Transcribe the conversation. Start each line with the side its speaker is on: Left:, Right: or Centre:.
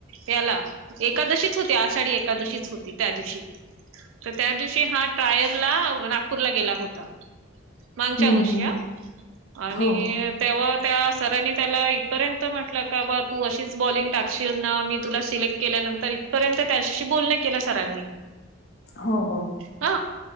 Right: ह्याला एकादशीच होती आषाढी एकादशीच होती त्या दिवशी. तर त्या दिवशी हा ट्रायल ला नागपूरला गेला होता. मागच्या
Left: हम्म
Right: वर्षी
Left: हम्म
Right: आ, आणि
Left: हो
Right: तेव्हा त्या सरांनी त्याला इथपर्यंत म्हटलं का बा तू अशीच बॉलिंग टाकशील ना मी तुला सिलेक्ट केल्यानंतर <inaudible> इथ पर्यंत त्याच्याशी बोलण केलं सरांनी.
Left: हो हो
Right: अ